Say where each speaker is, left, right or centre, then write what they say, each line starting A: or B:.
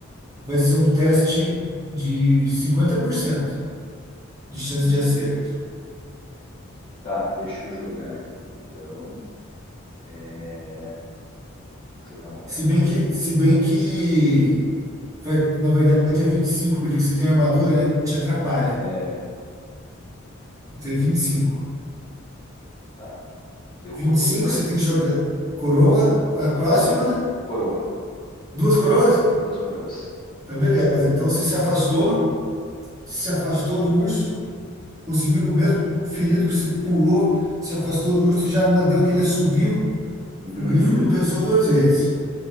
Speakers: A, on the right; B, on the left.
A: vai ser um teste de 50% de chance
B: Hum,
A: de acerto.
B: Tá, deixa eu jogar aqui então. É, Vou jogar a moeda,
A: Se bem
B: a primeira
A: que,
B: moeda.
A: se bem que Vai- na verdade é 25 porque você tem armadura, né? Te atrapalha.
B: É,
A: Então é vinte e cinco
B: tá. Deu
A: vinte
B: coroa
A: e cinco você tem que jogar coroa, a próxima,
B: e co- coroa.
A: duas coroas?
B: Duas coroas.
A: Então beleza. Então você se afastou, se afastou do urso, conseguiu o mesmo ferido que você pulou, se afastou do urso e já mandou aquele assobio.
B: Uhum.
A: O grifo não pensou duas vezes.